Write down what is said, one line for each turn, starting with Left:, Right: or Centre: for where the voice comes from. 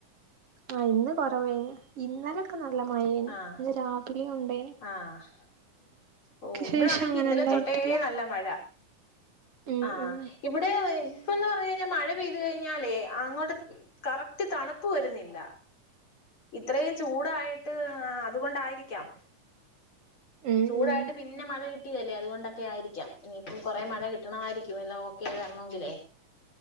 Right: ആ ഇന്ന് കൊറവേന് ഇന്നലൊക്കെ ന ല്ല മഴേന്
Left: ആഹ്
Right: ഇന്ന് രാവിലെ ഉണ്ട്
Left: ആഹ് ഓ ഇവിടാണെങ്കി
Right: ശേഷം അങ്ങനെ
Left: ഇന്നലെ
Right: ഉണ്ടായിട്ടില്ല
Left: തൊട്ടേ നല്ല മഴ
Right: ഉം
Left: ആ
Right: ഉം
Left: ഇവിടെ <unintelligible> പ്പന്ന് പറഞ്ഞ് കഴിഞ്ഞാൽ മഴ പെയ്തു കഴിഞ്ഞാലേ അങ്ങോട്ട് കറക്റ്റ് തണുപ്പ് വരുന്നില്ല ഇത്രയും ചൂടായിട്ട് അതുകൊണ്ടായിരിക്കാം
Right: ഉം
Left: ചൂടായിട്ട്
Right: ഉം
Left: പിന്നെ മഴ ട്ടിയല്ലേ അതുകൊണ്ടൊക്കെ ആയിരിക്കാം ഇനിയിപ്പം കൊറെ മഴ കിട്ടണമായിരിക്കുംല്ല ഓക്കെ ആയി വരണമെങ്കിലേ